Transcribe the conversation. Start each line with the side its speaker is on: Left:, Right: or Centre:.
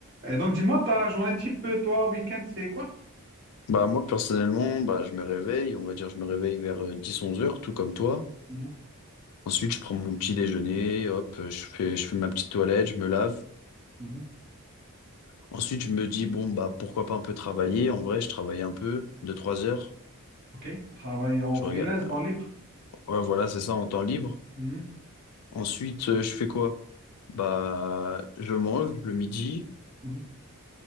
Right: Et donc, dis-moi, ta journée type, euh, toi, week-end, c'est quoi?
Left: Bah moi, personnellement, bah je me réveille, on va dire, je me réveille vers 10-11 heures, tout comme toi.
Right: Mhm,
Left: Ensuite, je prends mon petit déjeuner, hop, euh, je fais, je fais ma petite toilette, je me lave.
Right: mhm,
Left: Ensuite, je me dis, bon, bah, pourquoi pas un peu travailler. En vrai, je travaille un peu, 2 trois heures.
Right: OK. Travail en
Left: Je
Right: freelance,
Left: regarde.
Right: temps libre.
Left: Ouais, voilà, c'est ça, en temps libre.
Right: Mhm, mhm,
Left: Ensuite, euh, je fais quoi? Bah, je mange le midi.
Right: mhm,